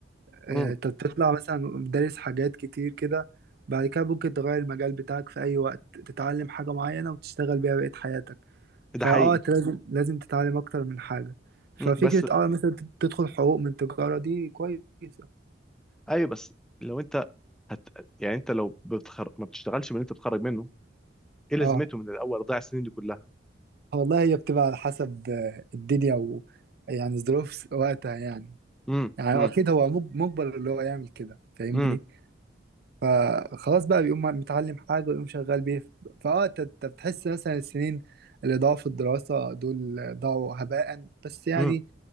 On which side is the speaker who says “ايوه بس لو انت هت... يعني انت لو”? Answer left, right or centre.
Centre